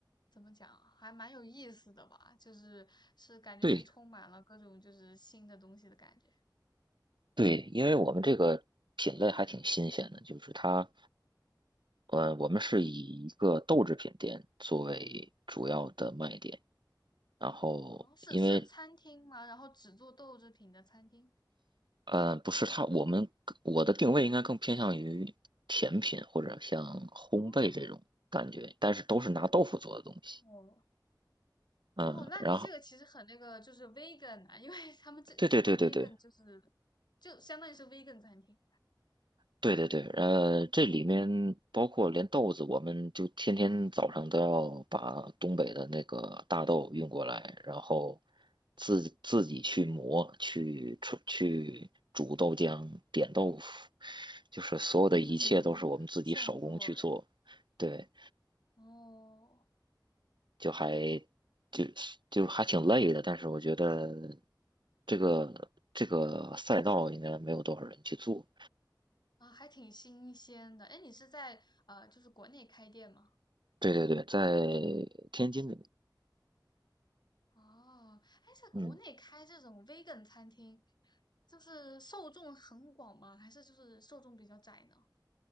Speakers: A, on the left; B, on the right.
A: 怎么讲啊，还蛮有意思的吧？就是是感觉是充满了各种就是新的东西的感觉。
B: 对，对，因为我们这个品类还挺新鲜的，就是它，呃，我们是以一个豆制品店作为主要的卖点，然后因为，
A: 哦，是是餐厅吗？然后只做豆制品的餐厅。
B: 呃，不是它，我们我的定位应该更偏向于甜品或者像烘焙这种感觉，
A: 哦
B: 但是都是拿豆腐做的东西，
A: 哦
B: 嗯，
A: 哦，那你这个其实很那个，
B: 然后
A: 就是 vegan 啊，因为他们这这个
B: 对对对对对，
A: vegan 就是就相当于是 vegan 餐厅，
B: 对对对，呃，这里面包括连豆子，我们就天天早上都要把东北的那个大豆运过来，然后自自己去磨，去出去煮豆浆、点豆腐，就是所有的一切都是我们自己手工去做。
A: 嗯，现做呗。
B: 对，
A: 哦
B: 就还就就还挺累的，但是我觉得这个这个赛道应该没有多少人去做。
A: 啊，还挺新鲜的。哎，你是在呃，就是国内开店吗？
B: 对对对，在天津，
A: 哦，哎，在国内开这种
B: 嗯。
A: vegan 餐厅，就是受众很广吗？还是就是受众比较窄呢？